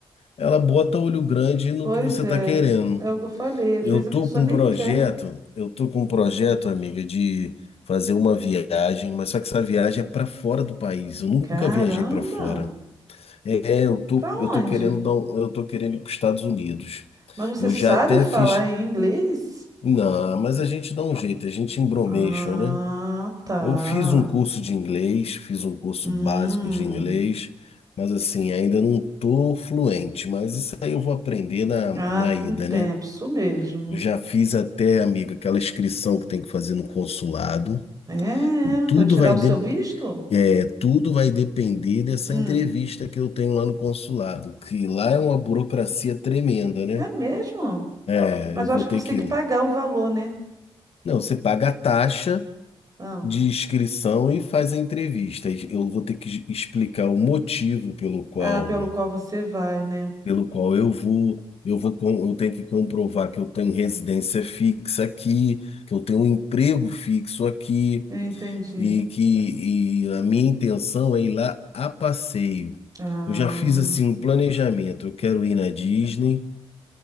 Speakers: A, on the left; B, on the right.
A: ela bota olho grande no
B: pois
A: que você
B: é.
A: está querendo.
B: É o que eu falei. Às
A: Eu
B: vezes
A: tô
B: a pessoa
A: com
B: nem
A: um projeto,
B: quer.
A: eu tô com um projeto, amiga, de fazer uma viagem, mas só que essa viagem é para fora do país. Eu nunca
B: Caramba!
A: viajei para fora. É, eu tô,
B: Pra
A: eu
B: onde?
A: tô querendo dar, um- eu tô querendo ir para os Estados Unidos.
B: Mas você
A: Eu
B: sabe
A: já até
B: falar
A: fiz,
B: em inglês?
A: não, mas a gente dá um jeito, a gente embromation,
B: Ah,
A: né?
B: tá.
A: Eu fiz um curso de inglês, fiz um curso
B: Hum.
A: básico de inglês, mas assim, ainda não tô fluente, mas isso aí eu vou aprender na,
B: Ah,
A: na
B: com
A: ida,
B: o tempo,
A: né?
B: isso mesmo.
A: Eu Já fiz até, amiga, aquela inscrição que tem que fazer no consulado.
B: É,
A: Tudo
B: para tirar
A: vai,
B: o seu
A: de,
B: visto?
A: é, tudo vai depender dessa
B: Hum.
A: entrevista que eu tenho lá no consulado, que lá é uma burocracia tremenda, né?
B: É mesmo?
A: Ah, É,
B: Mas
A: eu
B: eu
A: vou
B: acho que
A: ter
B: você
A: que.
B: tem que pagar um valor, né?
A: Não, você paga a taxa
B: Ah,
A: de inscrição e faz a entrevista. Eu vou ter que explicar o motivo pelo qual,
B: ah, pelo qual você vai, né?
A: pelo qual eu vou. Eu vou, com- eu tenho que comprovar que eu tenho residência fixa aqui, que eu tenho um emprego fixo aqui
B: Eu entendi.
A: E que e a minha intenção é ir lá a passeio.
B: Ah,
A: Eu já fiz assim um planejamento. Eu quero ir na Disney,